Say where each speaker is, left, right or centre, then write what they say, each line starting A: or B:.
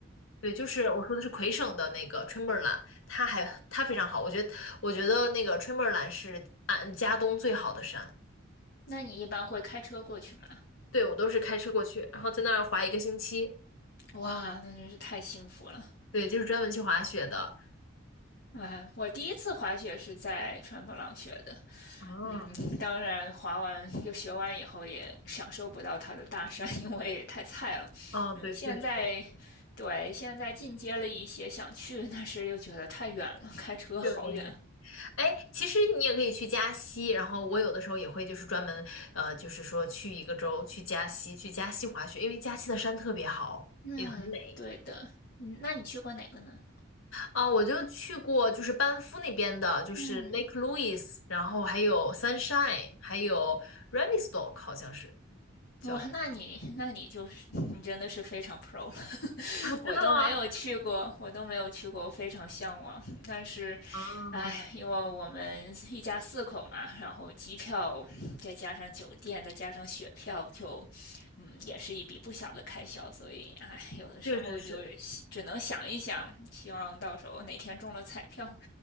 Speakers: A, on the left; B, on the left.
A: 对，就是我说的是魁省的那个 Chamberlain，它还它非常好，我觉得我觉得那个 Chamberlain 是安加东最好的山，
B: 那你一般会开车过去吗？
A: 对，我都是开车过去，然后在那儿滑一个星期，
B: 哇，那真是太幸福了。
A: 对，就是专门去滑雪的。
B: 哎，我第一次滑雪是在川普朗学的，
A: 啊，
B: 嗯，当然，滑完又学完以后也享受不到它的大山，<laughs> 因为太菜了。
A: 哦，
B: 嗯，
A: 对，
B: 现在
A: 确实
B: 对现在进阶了一些，想去，但是又觉得太远了，开车好远。
A: 去了点远。哎，其实你也可以去加西，然后我有的时候也会就是专门呃，就是说去一个州去加西，去加西滑雪，因为加西的山特别好，
B: 嗯，
A: 也很美。
B: 对的。嗯，那你去过哪个呢？
A: 啊、我就去过就是班夫那边的，就是
B: 嗯。
A: Lake Louise，然后还有 Sunshine，还有 Revelstoke，好像是叫什么
B: 哇，那你那你就是 <laughs> 你真的是非常 pro 了，<laughs>
A: 啊？真的吗？
B: 我都没有去过，我都没有去过，我非常向往。但是，
A: 啊，
B: 哎，因为我们一家四口嘛，然后机票再加上酒店，再加上雪票，就嗯，也是一笔不小的开销。所以，哎，有的时候就是只能想一想，
A: 确实是。
B: 希望到时候哪天中了彩票，